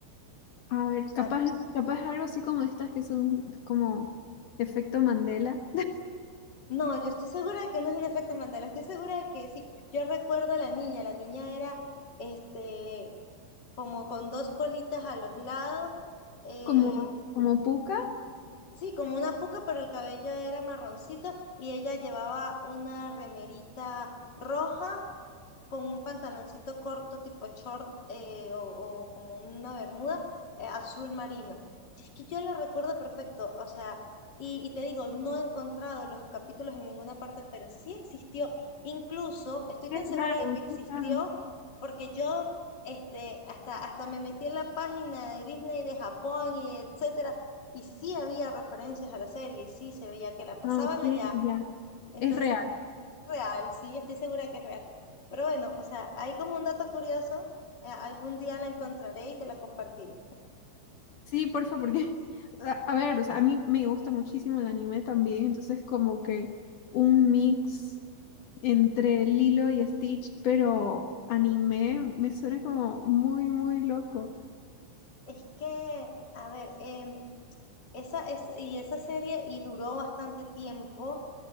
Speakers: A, on the left (about 65°); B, on the left (about 45°).
A: A ver,
B: sea,
A: capaz, capaz algo así como estas que son como efecto Mandela,
B: no, yo estoy segura de que no es un efecto Mandela, estoy segura de que sí. Yo recuerdo a la niña, la niña era, este, como con dos colitas a los lados.
A: <laughs>
B: eh,
A: como, como Pucca.
B: Sí, como una puca, pero el cabello era marroncito y ella llevaba una remerita roja con un pantaloncito corto tipo short eh, o, o como una bermuda eh, azul marino. Y es que yo la recuerdo perfecto, o sea, y, y te digo, no he encontrado los capítulos en ninguna parte, pero sí existió, incluso estoy
A: Es
B: tan segura
A: raro,
B: de que existió,
A: es raro.
B: porque yo este, hasta, hasta me metí en la página de Disney de Japón y etcétera, y sí había referencias a la serie, y sí se veía que la pasaban
A: No, ok,
B: allá.
A: ya.
B: Entonces,
A: Es real.
B: real, sí, estoy segura que es real. Pero bueno, o sea, hay como un dato curioso, eh, algún día la encontraré y te la compartiré.
A: Sí, porfa, porque, <laughs> a, a ver, o sea, a mí me gusta muchísimo el anime también, entonces como que un mix entre Lilo y Stitch, pero anime me suena como muy, muy loco.
B: Es que, a ver, em, esa es, y esa serie y duró bastante tiempo.